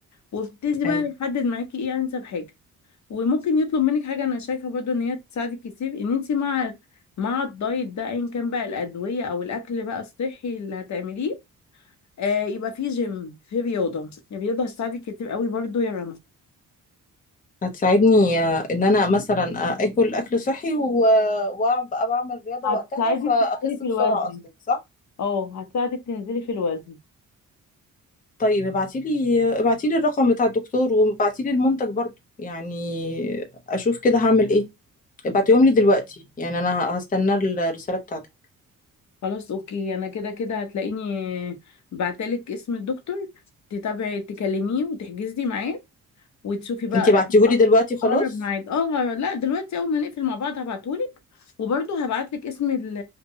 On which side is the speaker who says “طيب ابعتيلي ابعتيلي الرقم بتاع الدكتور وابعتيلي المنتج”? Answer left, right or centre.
Left